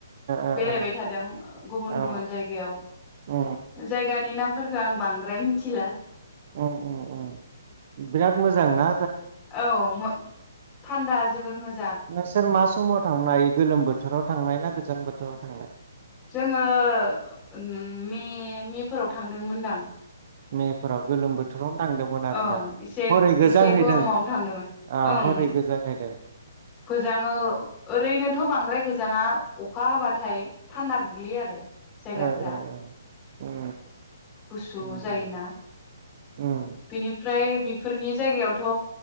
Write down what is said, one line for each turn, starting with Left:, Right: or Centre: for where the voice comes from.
Right: ओ
Left: बेरायबाय
Right: ओ
Left: थादों गुबुन
Right: ओ
Left: गुबुन जायगायाव
Right: उम
Left: जायगानि नामफोर खो आं बांद्राय मिथिला। <inaudible>
Right: उम उम उम बिराद मोजां ना?
Left: औ मो थान्दा। जोबोर मोज
Right: नोंसोर मा समाव थांनाय गोलोम बो बोथोराव थांनाय ना गोजां बोथोराव थांनाय?
Left: जोङो उम मे मे फोराव थांदोंमोनदां।
Right: मेफोराव गोलोम बोथोरावनो थांदोंमोन आरोना
Left: औ एसे
Right: हरै गोजां
Left: एसे गरमावनो
Right: हैदों आ
Left: थांदोंमोन ओं
Right: हरै गोजां हैदों?
Left: गोजाङो ओरैनो थ' बांद्राय गोजाङा अखा हाबाथाय थान्दा गोग्लैयो आरो। जायगाफोरा
Right: ओ ओ ओ उम
Left: गुसु
Right: उम
Left: जायोना
Right: उम उम
Left: बेनिफ्राय बि बेफोरनि जायगायावथ'